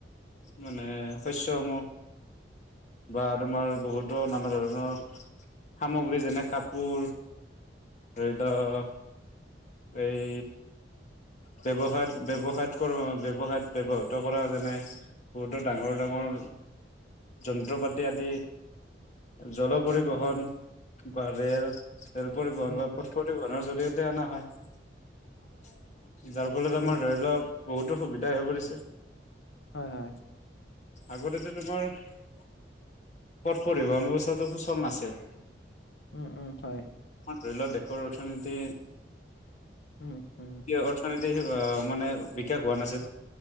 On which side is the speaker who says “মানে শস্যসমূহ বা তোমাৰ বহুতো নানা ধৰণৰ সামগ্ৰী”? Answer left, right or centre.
Left